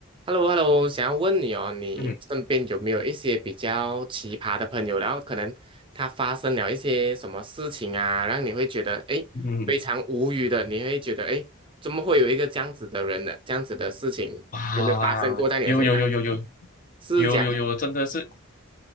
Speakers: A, on the right; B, on the left.
A: h e l l o h e l l o 想要问你哦，你身边有没有一些比较奇葩的朋友？
B: 嗯
A: 然后可能他发生了一些什么事情啊，让你会觉得诶非常无语的，
B: 嗯，
A: 你会觉得诶怎么会有一个这样子的人呢？这样子的事情有没有发生过在你的身上？
B: 啊，有有有有有
A: 是这样，
B: 有有有，真的是，